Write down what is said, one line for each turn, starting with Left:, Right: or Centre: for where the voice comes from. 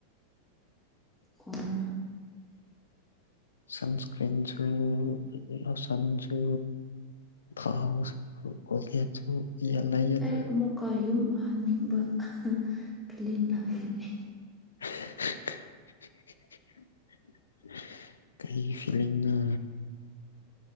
Centre: ꯀꯣꯔ
Left: ꯁꯟꯁꯀ꯭ꯔꯤꯟꯁꯨ ꯂꯣꯁꯟꯁꯨ ꯊꯥꯎ ꯀꯣꯜꯒꯦꯠꯁꯨ ꯂꯩꯌꯦꯗ
Centre: ꯑꯩ ꯑꯃꯨꯛ ꯀ ꯌꯨꯝ ꯍꯟꯅꯤꯡꯕ <inaudible> ꯐ꯭ꯤꯂꯤꯡ ꯂꯥꯛꯑꯦꯅꯦ
Left: <inaudible> ꯀꯩ <unintelligible> ꯐꯤꯂꯤꯡ ꯅꯣ